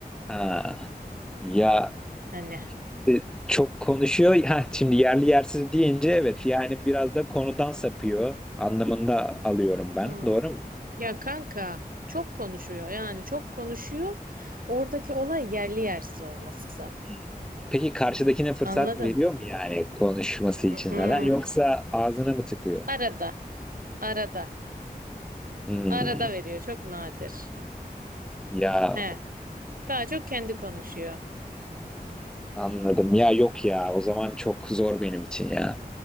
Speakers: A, in the centre; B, on the right.
A: Ha. Ya
B: Hani.
A: e, çok konuşuyor. Ha, şimdi yerli yersiz deyince evet yani biraz da konudan sapıyor anlamında alıyorum ben.
B: Hmm.
A: Doğru mu?
B: Ya kanka çok konuşuyor yani çok konuşuyor. Oradaki olay yerli yersiz olması.
A: Hmm. Peki karşıdakine fırsat
B: Anladın?
A: veriyor mu yani konuşması için
B: Mm-mm.
A: falan yoksa ağzına mı tıkıyor?
B: Arada. Arada.
A: Hmm,
B: Arada veriyor. Çok nadir.
A: ya
B: He. Daha çok kendi konuşuyor.
A: anladım. Ya yok ya o zaman çok zor benim için ya.